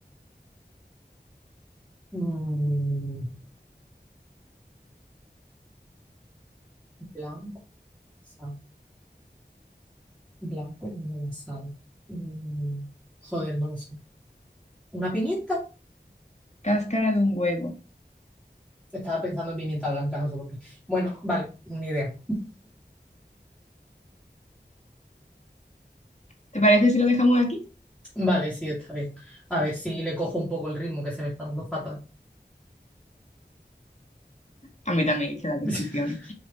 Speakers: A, in the centre; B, on the left.
A: Mm, blanco, sal. Blanco es la sal. Mm, joder, no lo sé. ¿Una pimienta?
B: Cáscara de un huevo.
A: Estaba pensando en pimienta blanca, no sé por qué. Bueno, vale, ni idea.
B: ¿Te parece si lo dejamos aquí?
A: Vale, sí, está bien. A ver si le cojo un poco el ritmo que se me está dando fatal.
B: A mí también, es que las
A: <laughs>
B: descripciones.